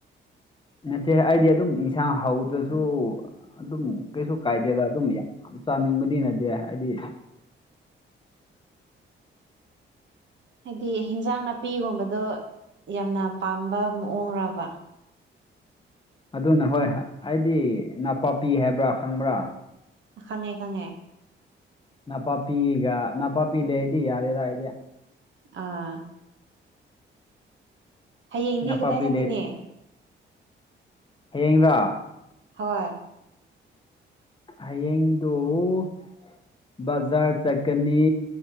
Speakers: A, on the left; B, on the right.
A: ꯅꯠꯇꯦ ꯑꯩꯗꯤ ꯑꯗꯨꯝ ꯏꯟꯁꯥꯡ ꯍꯧꯗ꯭ꯔꯁꯨ ꯑꯗꯨꯝ ꯀꯩꯁꯨ ꯀꯥꯏꯗꯦꯗ ꯑꯗꯨꯝ ꯌꯥꯏ ꯆꯥꯅꯤꯡꯕꯗꯤ ꯅꯠꯇꯦ ꯍꯥꯏꯗꯤ
B: ꯍꯥꯏꯗꯤ ꯍꯤꯟꯖꯥꯡ ꯅꯥꯄꯤꯒꯨꯝꯕꯗꯣ ꯌꯥꯝꯅ ꯄꯥꯝꯕ ꯃꯑꯣꯡꯔꯕ
A: ꯑꯗꯨꯅ ꯍꯣꯏ ꯑꯩꯗꯤ ꯅꯄꯥꯛꯄꯤ ꯍꯥꯏꯕ꯭ꯔ ꯈꯪꯕꯔ
B: ꯈꯪꯉꯦ ꯈꯪꯉꯦ
A: ꯅꯄꯥꯛꯄꯤꯒ ꯅꯄꯥꯛꯄꯤ ꯂꯩꯔꯗꯤ ꯌꯥꯔꯦꯗ ꯑꯩꯗꯤ
B: ꯑꯥ ꯍꯌꯦꯡꯗꯤ
A: ꯅꯄꯥꯛꯄꯤ
B: ꯀꯗꯥꯏ ꯆꯠꯀꯅꯤ
A: ꯍꯌꯦꯡꯔꯣ
B: ꯍꯣꯏ
A: ꯍꯌꯦꯡꯗꫭ ꯕꯖꯥꯔ ꯆꯠꯀꯅꯤ